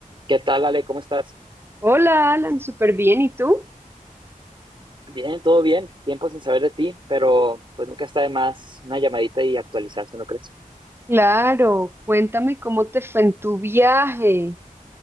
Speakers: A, on the right; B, on the right.
A: ¿Qué tal, Ale? ¿Cómo estás?
B: Hola, Alan, súper bien. ¿Y tú?
A: Bien, todo bien. Tiempo sin saber de ti, pero pues nunca está de más una llamadita y actualizarse, ¿no crees?
B: Claro, cuéntame cómo te fue en tu viaje.